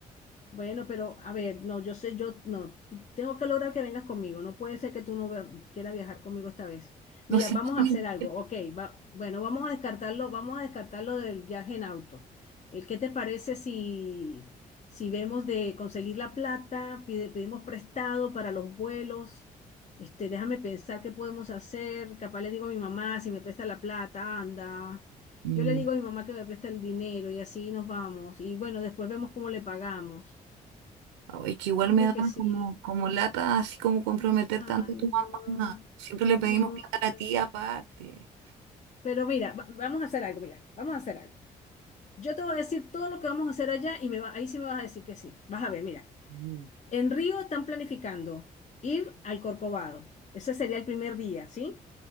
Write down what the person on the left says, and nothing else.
Bueno, pero a ver, no, yo sé, yo no, tú- tengo que lograr que vengas conmigo. No puede ser que tú no vea- quieras viajar conmigo esta vez. Mira,
vamos
a hacer algo, ok. Va, bueno, vamos a descartarlo, vamos a descartarlo del viaje en auto. Eh, ¿qué te parece si, si vemos de conseguir la plata, pide- pedimos prestado para los vuelos? Este, déjame pensar qué podemos hacer. Capaz le digo a mi mamá si me presta la plata, anda.
Yo le digo a mi mamá que me presta el dinero y así nos vamos. Y bueno, después vemos cómo le pagamos.
Dime
que sí.
Ay,
no,
no,
pero,
pero mira, va- vamos a hacer algo, mira, vamos a hacer algo. Yo te voy a decir todo lo que vamos a hacer allá y me va, ahí sí me vas a decir que sí. Vas a ver, mira,
En Río están planificando ir al Corcovado. Ese sería el primer día, ¿sí?